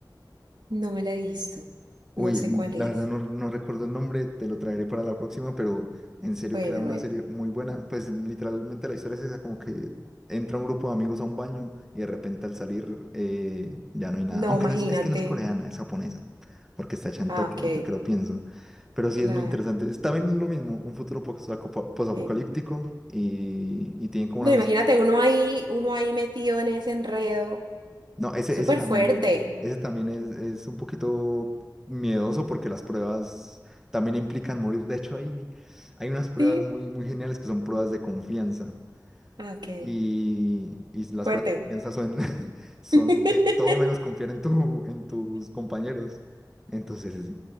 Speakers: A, on the right; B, in the centre.
A: No me la he visto.
B: Uy,
A: No sé
B: n-
A: cuál
B: la
A: es.
B: verdad no, no recuerdo el nombre, te lo traeré para la próxima, pero en serio
A: Bueno,
B: que era una
A: bueno.
B: serie muy buena. Pues literalmente la historia es esa, como que entra un grupo de amigos a un baño y de repente al salir eh, ya no hay nada.
A: No,
B: Aunque
A: imagínate.
B: no es, es que no es coreana, es japonesa, porque está hecha en
A: Ah,
B: Tokio,
A: ok.
B: ahora que lo pienso. Pero sí
A: Claro.
B: es muy interesante. Es también lo mismo, un futuro posapo- posapocalíptico
A: Eh,
B: y, y tienen como
A: No,
B: una misión,
A: imagínate uno ahí, uno ahí metido en ese enredo.
B: no, ese,
A: Súper
B: ese también,
A: fuerte.
B: ese también es, es un poquito miedoso porque las pruebas también implican morir. De hecho, hay, hay unas pruebas
A: Sí.
B: muy, muy geniales que son pruebas de confianza.
A: Ah, ok.
B: Y, y las
A: Fuerte.
B: pruebas de confianza son, <laughs> son
A: <laughs>
B: de todo menos confiar en tu, en tus compañeros. Entonces es